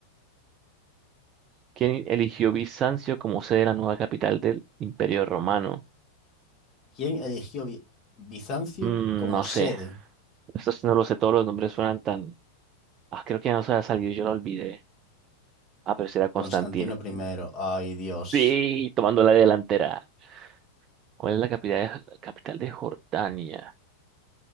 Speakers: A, on the right (about 30°); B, on the left (about 35°).
A: ¿Quién eligió Bizancio como sede de la nueva capital del Imperio Romano?
B: ¿Quién eligió Bi- Bizancio
A: Mm,
B: como
A: no
B: sede?
A: sé. Esto sí no lo sé. Todos los nombres suenan tan. Ah, creo que ya no se ha salido. Yo lo olvidé. Ah, pero sí era Constantino.
B: Constantino I. Ay, Dios.
A: Sí, tomando la delantera. ¿Cuál es la capital de, capital de Jordania?